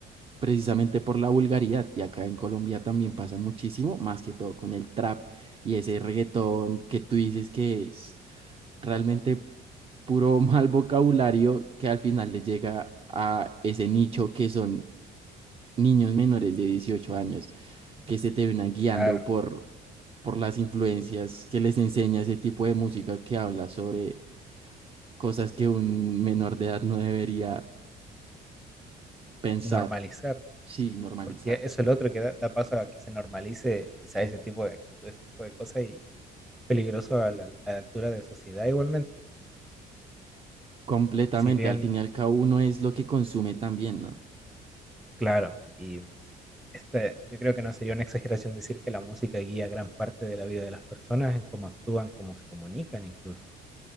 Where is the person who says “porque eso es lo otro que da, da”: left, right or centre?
Centre